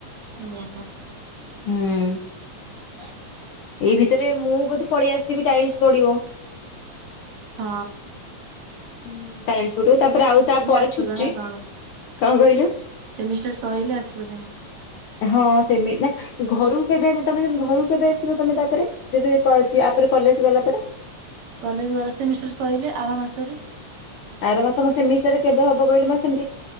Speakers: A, on the right (about 70°); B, on the left (about 75°).
A: ହଁ
B: ହୁଁ। ହଁ।
A: ହ <inaudible>
B: ଏଇ ଭିତରେ ମୁଁ ବୋଧେ ପଳେଇ ଆସିଥିବି ଟାଇଲସ ପଡିବ।
A: ହଁ।
B: ହୁଁ ଟାଇଲ୍ସ ପଡିବ ତାପରେ ଆଉ ତାପ
A: ଆସିବ
B: ଛୁଟି
A: ନା କଣ?
B: କଣ କହିଲ
A: ସେମିଷ୍ଟାର ସଇଲେ ଆସିବ ଯାଇଁ
B: ହଁ ସେମିତି ନା ଘରୁ କେବେ ଆମ ତମେ ଘରକୁ କେବେ ଆସିବ ତମେ ତାପରେ ଯବେପରେ କଲେଜ ଗଲା ପରେ।
A: କଲେଜ ଗ ସେମିଷ୍ଟର ସରିଲେ ଆର ମାସରେ।
B: ଆର ମାସ ସେମିଷ୍ଟ ରେ କେବେ ହବ? ବଗ ସେମ